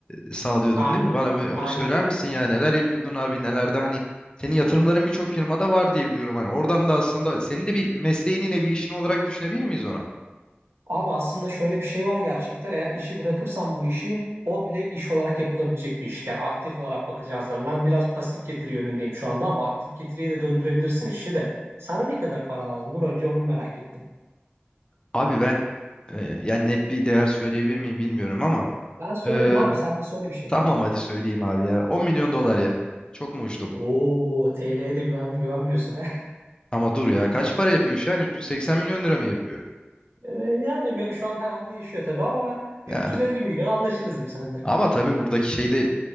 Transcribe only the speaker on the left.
e, sağlıyordun
değil mi? Bana bir onu
söyler misin ya neler yapıyordun abi nelerde hani senin yatırımların birçok firmada var diye biliyorum hani oradan da aslında senin de bir mesleğin yine bir işin olarak düşünebilir miyiz onu?
Abi ben e, yani net bir değer söyleyebilir miyim bilmiyorum ama
e,
tamam hadi söyleyeyim abi ya 10 milyon dolar ya çok mu uçtum?
Ama dur ya kaç para yapıyor şu an? 380 milyon lira mı yapıyor?
Yani
ama tabii buradaki şey de